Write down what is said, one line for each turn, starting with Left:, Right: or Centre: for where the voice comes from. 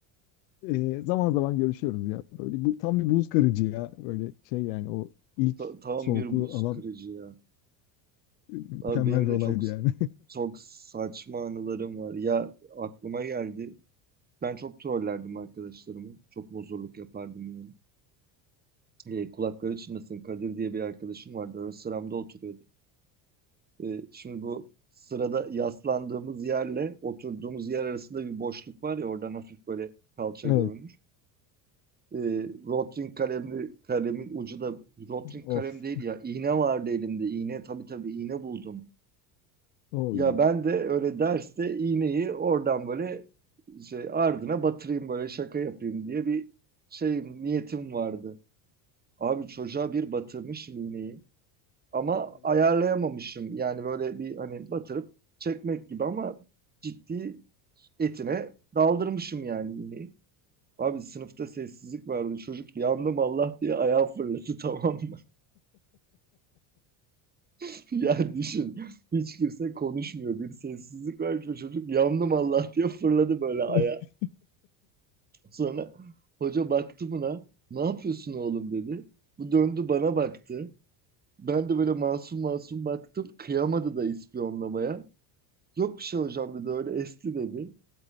Left: e, zaman zaman görüşüyoruz ya. Böyle bu tam bir buz kırıcı ya. Böyle şey yani o ilk
Right: Ta- tam
Left: soğukluğu
Right: bir buz
Left: alan
Right: kırıcı ya.
Left: mükemmel
Right: Abi benim
Left: bir
Right: de
Left: olaydı
Right: çok
Left: yani.
Right: çok saçma anılarım var. Ya aklıma geldi. Ben çok trollerdim arkadaşlarımı. Çok bozurluk yapardım yani. E, kulakları çınlasın Kadir diye bir arkadaşım vardı. Ön sıramda oturuyordu. E, şimdi bu sırada yaslandığımız yerle oturduğumuz yer arasında bir boşluk var ya oradan hafif böyle kalça
Left: <laughs>
Right: görünür.
Left: Evet.
Right: E, Rotring kalemli, kalemin ucu da Rotring
Left: Of.
Right: kalem değil ya. iğne vardı elimde. iğne tabii tabii iğne buldum.
Left: Oy.
Right: Ya ben de öyle derste iğneyi oradan böyle şey ardına batırayım böyle şaka yapayım diye bir şey niyetim vardı. Abi çocuğa bir batırmışım iğneyi ama ayarlayamamışım. Yani böyle bir hani batırıp çekmek gibi ama ciddi etine daldırmışım yani iğneyi. Abi sınıfta sessizlik vardı. Çocuk yandım Allah diye ayağı fırladı tamam mı? <laughs> Ya düşün. Hiç kimse konuşmuyor. Bir sessizlik var. Çocuk yandım Allah diye fırladı böyle ayağı.
Left: <laughs> Ay.
Right: Sonra hoca baktı buna. Ne yapıyorsun oğlum dedi. Bu döndü bana baktı. Ben de böyle masum masum baktım. Kıyamadı da ispiyonlamaya. Yok bir şey hocam dedi öyle esti dedi.